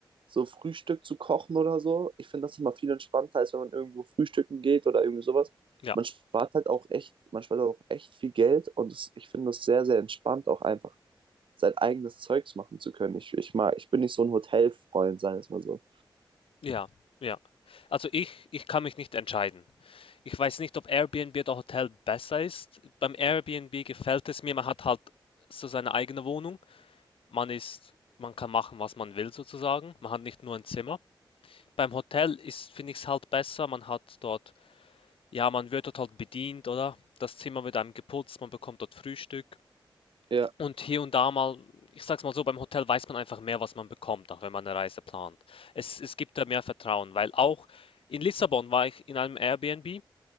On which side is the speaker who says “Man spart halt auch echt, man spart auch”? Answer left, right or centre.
Right